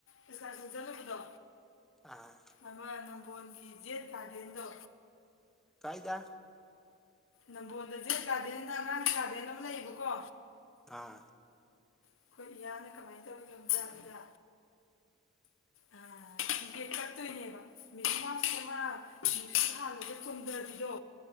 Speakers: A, on the left; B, in the centre.
A: ꯑꯦꯛꯁꯀꯔꯁꯟ ꯆꯠꯂꯨꯕꯗꯣ
B: ꯑꯥ
A: ꯑꯃ ꯅꯝꯕꯣꯟꯒꯤ ꯖꯦꯠ ꯒꯥꯔꯗꯦꯟꯗꯣ
B: ꯐꯗ <unintelligible>
A: ꯅꯝꯕꯣꯜꯗ ꯖꯦꯠ ꯒꯥꯔꯗꯦꯟꯅ ꯑꯉꯥꯡ ꯒꯥꯔꯗꯦꯟ ꯑꯃ ꯂꯩꯌꯦꯕꯀꯣ
B: ꯑꯥ
A: ꯑꯩꯈꯣꯏ ꯏꯌꯥꯅ ꯀꯃꯥꯏꯅ ꯇꯧꯔꯤꯒꯣꯖꯥꯒꯤꯗ ꯑꯥ ꯇꯤꯛꯀꯦꯠ ꯀꯛꯇꯣꯏꯅꯦꯕꯥ ꯃꯤꯊꯦ ꯃꯥ ꯑꯗꯨꯗ ꯆꯣꯡꯝꯊꯕꯤꯗꯣ